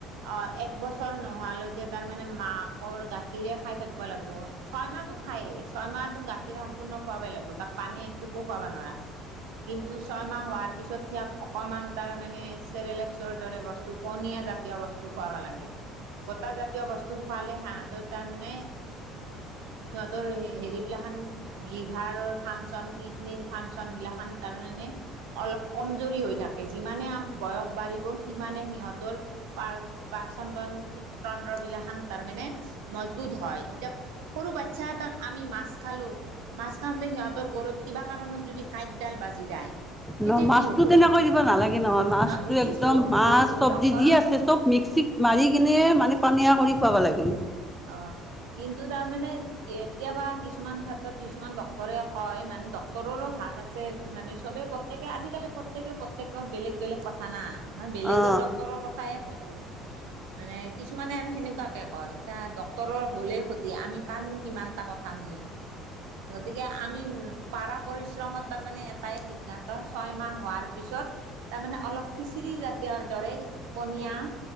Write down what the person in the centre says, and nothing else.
ন' মাছতো
তেনেকৈ দিব নালাগে নহয়, মাছতো
একদম মাছ
চবজি
যি আছে চব মিক্সিত মাৰি কিনে মানে পানীয়া কৰি খুৱাব লাগে।
অ